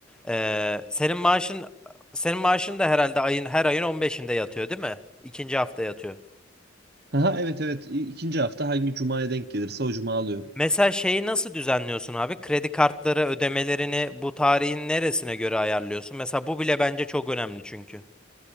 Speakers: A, in the centre; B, on the right.
A: Ee, senin maaşın senin maaşın da herhalde ayın her ayın 15'inde yatıyor değil mi? İkinci hafta yatıyor.
B: Aha, evet evet İ- ikinci hafta hangi cumaya denk gelirse o cuma alıyorum.
A: Mesela şeyi nasıl düzenliyorsun abi? Kredi kartları ödemelerini bu tarihin neresine göre ayarlıyorsun? Mesela bu bile bence çok önemli çünkü.